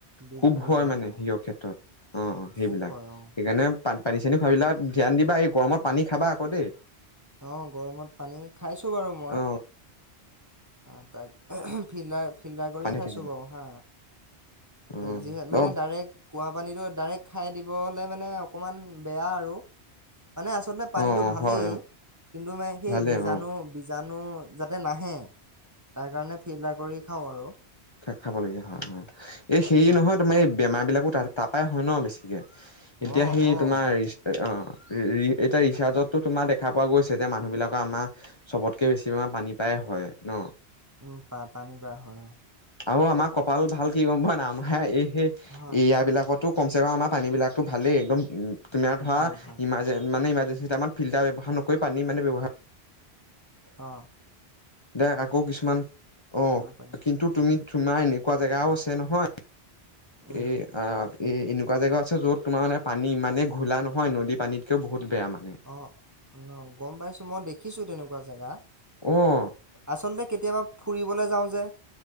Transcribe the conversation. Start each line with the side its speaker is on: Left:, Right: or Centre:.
Right: বীজ
Left: খুব
Right: বীজাণু
Left: হয় মানে
Right: অ
Left: সিঅ ক্ষেত্ৰত অ সেইবিলাক
Right: পোক হয় অ।
Left: সেইকাৰণে পান পানী চানী খাবিলাক ধ্যান দিবা এই গৰমত পানী খাবা আকৌ দেই।
Right: অ গৰমত পানী খাইছো বাৰু মই।
Left: অ
Right: অ তাক ফিলাই ফিল্টাৰ কৰি
Left: পানী
Right: খাইছো
Left: থাকিবা
Right: বাৰু হা,
Left: অ
Right: যিহে মানে
Left: অ
Right: ডাইৰেক্ট কুঁৱা পানীটো ডাইৰেক্ট খাই দিবলৈ মানে অকণমান বেয়া আৰু। মানে আচলতে পানীতটো
Left: অ
Right: ভালেই
Left: হয় অ
Right: কিন্তু মানে সেই
Left: ভালেই
Right: বীজাণু
Left: অ
Right: বীজাণু নু যাতে নাহে। তাৰ কাৰণে ফিল্টাৰ কৰি খাওঁ আৰু।
Left: খাব লাগীয়া হয় হয়। এই হেৰি
Right: অ
Left: নহয় তোমাৰ এই বেমাৰ বিলাকো তাৰাপাই হয় ন বেছিকে এতিয়া
Right: অ
Left: সেই
Right: অ অ
Left: তোমাৰ অ এতিয়া ৰিচাৰজতো তোমাৰ দেখা পোৱা গৈছে যে মানুহবলাকৰ আমাৰ চবতকে বেছিমান পানী পায় হয় ন।
Right: উম পা পানী পাৰ হয়
Left: আৰু আমাৰ কপাল ভাল কি গম পোৱা না হে এই সেই
Right: অ হয়
Left: এএয়া বিলাকতো কমচেকম আমাৰ পানীবিলাকতো ভালেই একদম তুমি ধৰা
Right: ভাল ভাল
Left: ইমাৰজেঞ্চি মানে ইমা দুটামান ফিলটাৰ ব্যৱহাৰ নকৰি পানী মানে ব্যৱহাৰ
Right: অহ,
Left: দে আকৌ কিছুমান অ'
Right: পাৰি
Left: কিন্তু তুমি, তোমাৰ এনেকুৱা জেগাও আছে নহয়।
Right: উম
Left: এ-এ এনেকুৱা জেগা আছে যত তোমাৰ মানে পানী ইমানে ঘোলা নহয়, নদী পানীত কে বহুত বেয়া মানে।
Right: অ ন গম পাইছো মই দেখিছো তেনেকুৱা জেগা।
Left: অঁ
Right: আচলতে কেতিয়াবা ফুৰিবলৈ যাও যে,